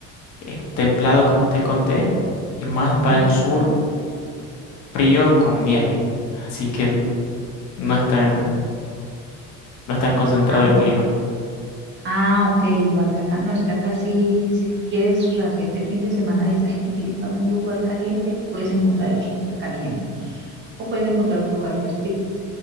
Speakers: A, on the left; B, on the right.
A: es templado como te conté. Y más para
B: ok.
A: el sur, frío con nieve. Así que n- no es tan, no es tan concentrado
B: Ah,
A: el clima.
B: ah, ok, igual que acá. No, es que acá sí, si tú quieres, o sea, si este fin de semana dices, ay, me quiero ir para un lugar caliente, puedes encontrar el súper caliente. o puedes encontrar un lugar que es frío.